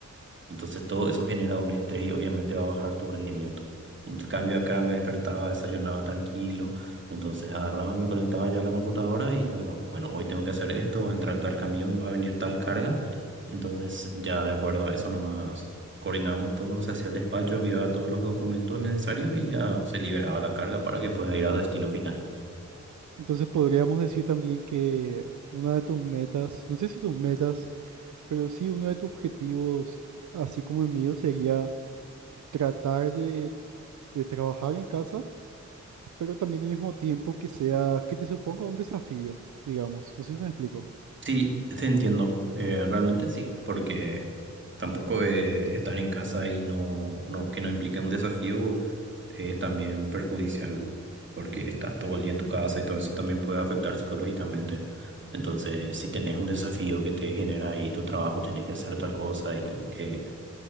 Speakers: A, on the right; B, on the right.
A: Entonces todo eso genera un estrés y obviamente va a bajar tu rendimiento. En cambio acá me despertaba, desayunaba tranquilo, entonces agarraba y me conectaba ya a la computadora y bueno, bueno, hoy tengo que hacer esto, va a entrar tal camión, va a venir tal carga. Entonces ya de acuerdo a eso nomás coordinamos todo, se hacía el despacho, enviaba todos los documentos necesarios y ya se liberaba la carga para que pueda ir al destino final.
B: Entonces podríamos decir también que una de tus metas, no sé si tus metas, pero sí uno de tus objetivos, así como el mío, sería tratar de, de trabajar en casa, pero también al mismo tiempo que sea, que te suponga un desafío, digamos. No sé si me explico.
A: Sí, te entiendo. Eh, realmente sí, porque tampoco eh, estar en casa y no, no, que no implique un desafío eh, es también perjudicial, porque estás todo el día en tu casa y todo eso también puede afectar psicológicamente. Entonces, si tenés un desafío que te genera ahí tu trabajo, tenés que hacer tal cosa y tenés que